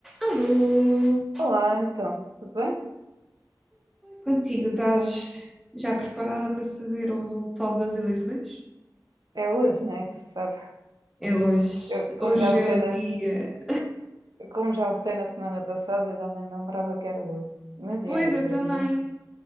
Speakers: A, in the centre; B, on the right.
A: Alô!
B: Olá, então, tudo bem?
A: Contigo, estás já preparada para saber o resultado das eleições?
B: É hoje, né? Que se sabe.
A: É hoje.
B: Eu, como
A: Hoje
B: já votei
A: é o
B: na,
A: dia.
B: se- como já votei na semana passada, já nem me lembrava que era hoje. Mas é
A: Pois,
B: hoje,
A: eu também.
B: é domingo.